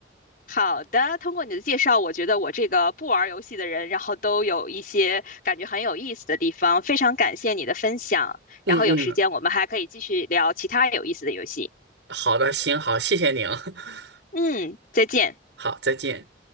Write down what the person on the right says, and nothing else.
嗯嗯，
好的，行，好，谢谢您，<laughs>
好，再见。